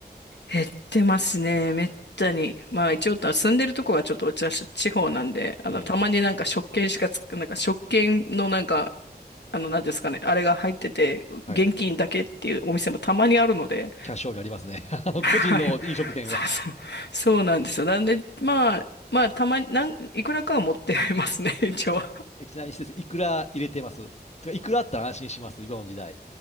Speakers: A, on the left; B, on the left.
A: 減ってますね。めったに。まあ一応住んでるとこはちょっと私地方なんで、あの、
B: ええ、
A: たまになんか食券しかつ、なんか食券のなんか、あの、なんていうんですかね、あれが入ってて、
B: はい。
A: 現金だけっていうお店もたまにあるので、
B: キャッシュオンにありますね。<laughs> あの、
A: はい
B: 個人の飲食店は。
A: そうそう、そうなんですよ。なんで、まあ、まあ、たまに、なん、いくらかは持ってますね、<laughs> 一応。
B: えちなみに施設、いくら入れてますてかいくらあったら安心します、今の時代。